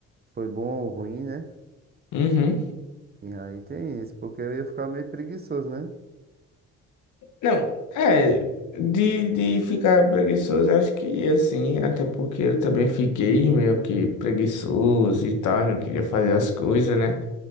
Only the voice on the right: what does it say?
foi bom ou ruim, né?
E aí tem isso, porque eu ia ficar meio preguiçoso, né?